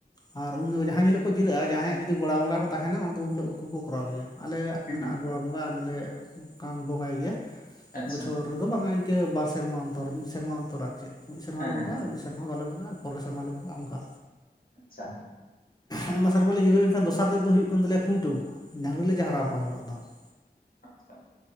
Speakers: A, on the left; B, on the left.
A: ᱟᱨ ᱩᱱ ᱡᱚ ᱡᱟᱦᱟᱸ ᱦᱤᱞᱳᱜ ᱠᱚ ᱡᱤᱨᱟᱹᱜ-ᱟ ᱡᱟᱦᱟᱸᱟᱭᱟᱜ ᱡᱩᱫᱤ ᱜᱚᱲᱟ ᱵᱚᱸᱜᱟ ᱠᱚ ᱛᱟᱦᱮᱸᱱᱟ ᱩᱱ ᱦᱤᱞᱳᱜ ᱩᱱᱠᱩ ᱠᱚ ᱠᱚᱨᱟᱣ ᱟᱜᱩᱭᱟ᱾ ᱟᱞᱮᱭᱟᱜᱼᱼ
B: ᱦᱩᱸ
A: ᱢᱮᱱᱟᱜ-ᱟ ᱜᱚᱲᱟ ᱵᱚᱸᱜᱟ ᱟᱞᱮᱞᱮ ᱵᱚᱸᱜᱟᱭ ᱜᱮᱭᱟ᱾
B: ᱟᱪᱪᱷᱟ
A: ᱵᱚᱪᱷᱚᱨᱼᱼ ᱨᱮᱫᱚ ᱵᱟᱝᱟ ᱤᱱᱠᱟᱹ ᱵᱟᱨ ᱥᱮᱨᱢᱟ ᱚᱱᱛᱚᱨ ᱢᱤᱫ ᱥᱮᱨᱢᱟ ᱚᱱᱛᱚᱨ ᱟᱨ ᱪᱮᱫ ᱢᱤᱫ ᱥᱮᱨᱢᱟ
B: ᱦᱮᱸ
A: ᱞᱮ
B: ᱦᱮᱸ
A: ᱵᱚᱸᱜᱟᱜ ᱟᱨ ᱢᱤᱫᱼᱼ ᱮᱨᱢᱟ ᱵᱟᱞᱮ ᱵᱚᱸᱜᱟᱜ-ᱟ ᱯᱚᱨᱮᱨ ᱥᱮᱨᱢᱟ ᱞᱮ ᱵᱚᱸᱜᱟᱜ-ᱟ᱾ ᱚᱱᱠᱟᱼᱼ
B: ᱟᱪᱪᱷᱟ
A: ᱟᱭᱢᱟ ᱥᱮᱨᱢᱟᱞᱮ ᱡᱤᱨᱟᱹᱣᱮᱱ ᱠᱷᱟᱱ ᱫᱚᱥᱟᱨ ᱛᱮᱫ ᱫᱚ ᱦᱩᱭᱩᱜ ᱠᱟᱱ ᱛᱟᱞᱮᱭᱟ ᱠᱷᱩᱱᱴᱟᱹᱣ᱾ ᱰᱟᱝᱨᱤ ᱞᱮ ᱪᱟᱦᱟᱨᱟᱣ ᱠᱚᱣᱟ ᱩᱱ ᱦᱤᱞᱳᱜᱼᱼ ᱵᱟᱝ <inaudible>
B: ᱟᱪᱪᱷᱟ